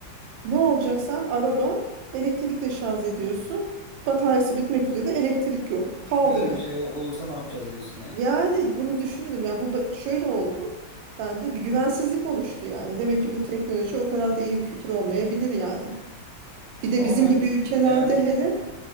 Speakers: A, on the right; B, on the right.
A: ne olacak sen araba elektrikle şarj ediyorsun. Bataryası bitmek üzere elektrik yok. Kaldın
B: Böyle
A: orada.
B: bir şey ol- olursa ne yapacağız diyorsun yani.
A: Yani bunu düşünürüm ya bu ba- şöyle oldu. Bende bir güvensizlik oluştu yani. Demek
B: Anladım.
A: ki bu teknoloji o kadar da iyi bir fikir olmayabilir yani. Bir de
B: Ama
A: bizim
B: bence
A: gibi ülkelerde
B: yani
A: hele